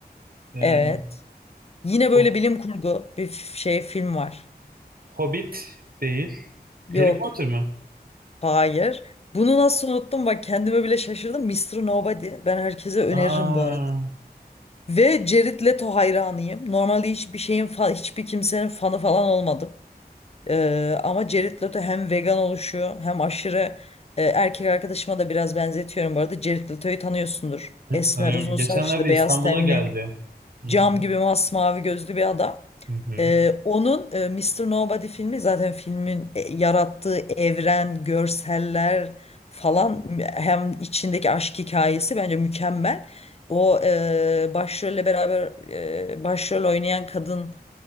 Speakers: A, on the right (about 60°); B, on the left (about 40°).
A: E,
B: Evet. Yine böyle
A: Ho-
B: bilim kurgu bir f- şey film var.
A: Hobbit değil.
B: Yok.
A: Harry Potter mı?
B: Hayır. Bunu nasıl unuttum bak kendime bile şaşırdım. Mister Nobody. Ben herkese öneririm
A: Aa,
B: bu arada. Ve Jared Leto hayranıyım. Normalde hiçbir şeyin fa- hiçbir kimsenin fanı falan olmadım. Ee, ama Jared Leto hem vegan oluşuyor hem aşırı e, erkek arkadaşıma da biraz benzetiyorum bu arada. Jared Leto'yu tanıyorsundur.
A: hı,
B: Esmer,
A: tanıyorum.
B: uzun
A: Geçenlerde
B: saçlı, beyaz
A: İstanbul'a
B: tenli
A: geldi. Hı
B: cam
A: hı,
B: gibi masmavi gözlü bir adam.
A: hı hı.
B: Ee, onun e, Mr. Nobody filmi zaten filmin e, yarattığı evren, görseller falan m- hem içindeki aşk hikayesi bence mükemmel. O e, başrolle beraber e, başrol oynayan kadın